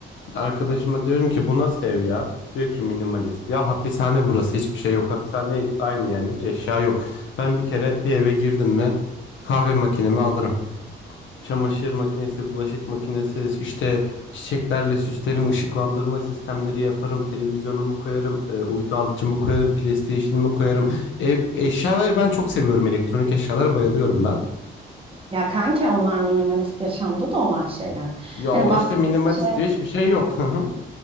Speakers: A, on the left; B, on the right.
A: Arkadaşıma diyorum ki bu nasıl ev ya? Diyor ki minimalist. Ya hapishane burası hiçbir şey yok. Hapishaneye git aynı yani hiç eşya yok. Ben bir kere bir eve girdim mi kahve makinemi alırım. Çamaşır makinesi, bulaşık makinesi, işte çiçeklerle süslerim, ışıklandırma sistemleri yaparım, televizyonumu koyarım, e, uydu alıcımı koyarım, PlayStation'ımı koyarım. Ev, eşyaları ben çok seviyorum, elektronik eşyalara bayılıyorum ben.
B: Ya kanki onlar minimalist yaşamda da olan şeyler.
A: Ya
B: Hani
A: o
B: bahsettiğim
A: işte minimalist
B: şey
A: diyor hiçbir şey yok. Hı hı.